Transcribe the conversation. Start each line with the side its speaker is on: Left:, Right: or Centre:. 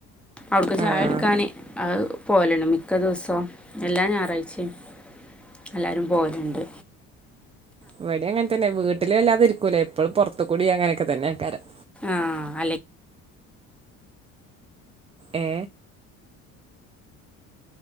Centre: അവ്ട്ക്ക് ചായ
Right: ആഹ്
Centre: കുടിക്കാന് പോല്ണ്ട് മിക്ക ദിവസവും എല്ലാം ഞാറാഴ്ച്ചയും എല്ലാരും പോല്ണ്ട്
Right: ഇവിടെ അങ്ങൻ തന്നെ വീട്ട്ല് വല്ലാതെ ഇരിക്കൂലേ എപ്പളും പോർത്തുകുടി അങ്ങനൊക്കെ തന്നെ ആക്കാരം
Centre: ആഹ് അല്ലെ
Right: ഏ